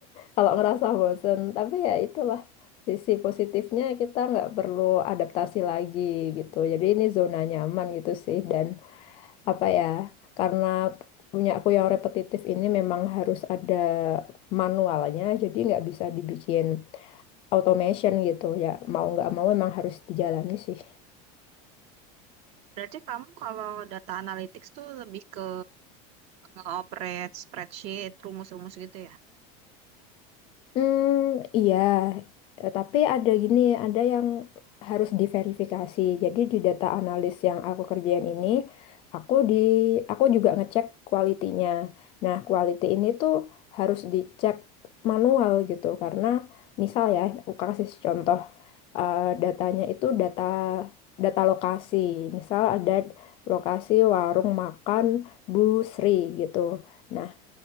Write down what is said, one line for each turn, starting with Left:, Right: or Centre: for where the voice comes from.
Left: kalau ngerasa bosen tapi ya itulah sisi positifnya kita nggak perlu adaptasi lagi gitu jadi ini zona nyaman gitu sih dan apa ya karena punya aku yang repetitif ini memang harus ada manualnya jadi nggak bisa dibikin automation gitu ya mau nggak mau memang harus dijalani sih
Right: Berarti kamu kalau data analytics tuh lebih ke nge-operate spreadsheet, rumus-rumus gitu ya?
Left: Hmm, iya, Eh, tapi ada gini, ada yang harus diverifikasi. Jadi di data analis yang aku kerjain ini, aku di aku juga ngecek kualitinya. Nah, quality ini tuh harus dicek manual gitu karena misal ya, aku kasih contoh eh, datanya itu data data lokasi. Misal ada lokasi warung makan Bu Sri gitu. Nah,